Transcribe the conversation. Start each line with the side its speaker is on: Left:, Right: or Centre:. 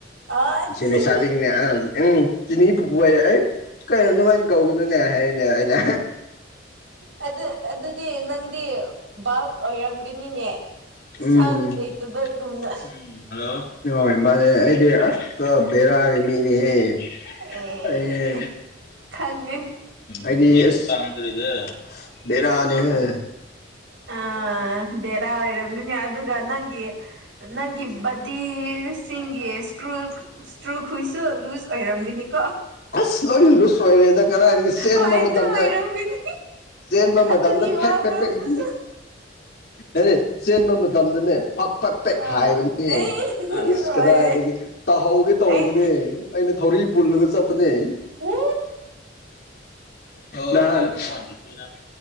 Right: ꯑꯥ
Left: ꯁꯦ
Right: ꯊꯤ
Left: ꯂꯩꯁꯥꯕꯤ ꯁꯤꯡꯅ ꯑ ꯑꯪ ꯎꯪ ꯆꯤꯅꯤ ꯄꯨꯄꯨ ꯍꯥꯢ ꯑꯩ ꯀꯩꯅꯣ ꯑꯗꯨꯃꯥꯏꯅ ꯀꯧꯒꯅꯨꯅꯦ ꯍꯥꯏꯕꯅꯦꯕ ꯑꯩꯅ
Right: ꯑꯗꯨ ꯑꯗꯨꯗꯤ ꯅꯪꯗꯤ ꯕꯥꯜ ꯑꯣꯏꯔꯝꯒꯅꯤꯅꯦ
Left: ꯎꯝ
Right: ꯁꯟ ꯂꯩꯇꯕꯒꯨꯝꯅ
Left: ꯎꯝ ꯍꯜꯂꯣ ꯍꯣꯏ ꯃꯥꯅꯦ ꯑꯩꯗꯤ ꯑꯁ <unintelligible> ꯕꯦꯔꯥꯒꯤ ꯃꯤꯅꯤꯍꯦ <unintelligible>
Right: ꯑꯦ
Left: ꯎꯝ
Right: ꯈꯪꯉꯦ
Left: ꯑꯩꯗꯤ <unintelligible> ꯕꯦꯔꯥꯅꯤꯍꯦ
Right: ꯑ ꯕꯦꯔꯥ ꯑꯣꯏꯔꯝ ꯈꯪꯒꯅꯤ ꯑꯗꯨꯒ ꯅꯪꯒꯤ ꯅꯪꯒꯤ ꯕꯗꯤꯁꯤꯡꯒꯤ ꯏꯁꯀ꯭ꯔꯨꯜ ꯏꯁꯀ꯭ꯔꯨ ꯈꯨꯏꯁꯨ ꯂꯨꯁ ꯑꯣꯏꯔꯝꯒꯅꯤꯀꯣ
Left: ꯑꯁ ꯂꯣꯏꯅ ꯂꯨꯁ ꯑꯣꯏꯔꯦꯗ ꯀꯗꯥꯏꯗꯒꯤ ꯆꯦꯟꯕ
Right: ꯍꯣꯏ ꯑꯗꯨ
Left: ꯃꯇꯝꯗ
Right: ꯑꯣꯏꯔꯝꯒꯅꯤ
Left: ꯆꯦꯟꯕ ꯃꯇꯝꯗ
Right: ꯑꯗꯨꯒꯤ
Left: ꯐꯦꯛꯇ
Right: ꯋꯥ ꯉꯥꯡꯕꯁꯨ
Left: ꯄꯦꯛꯅꯤ ꯑꯔꯦ ꯆꯦꯟꯕ ꯃꯇꯝꯗꯅꯦ ꯄꯛ ꯄꯛ ꯄꯦꯛ
Right: ꯑꯥ
Left: ꯍꯥꯏꯕꯅꯦ
Right: ꯑꯩ
Left: ꯑꯁ
Right: ꯍꯣꯏ
Left: ꯀꯗꯥꯏꯗꯒꯤ ꯇꯥꯍꯧꯒꯦ ꯇꯧꯕꯅꯦ
Right: ꯑꯩ
Left: ꯑꯩꯅ ꯊꯧꯔꯤ ꯄꯨꯜꯂꯒ ꯆꯠꯄꯅꯦ
Right: ꯎ
Left: ꯅꯍꯥꯟ <unintelligible>